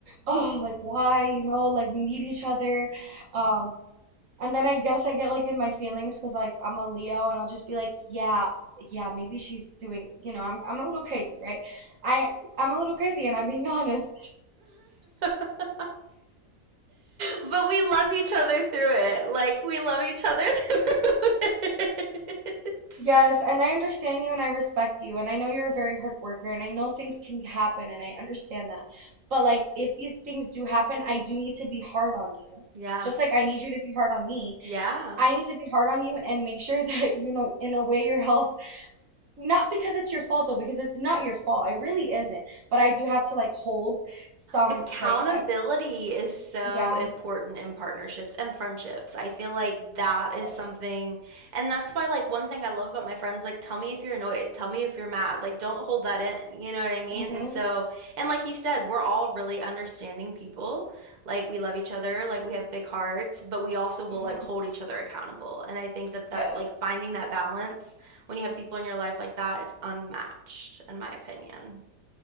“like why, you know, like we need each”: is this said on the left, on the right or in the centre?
Right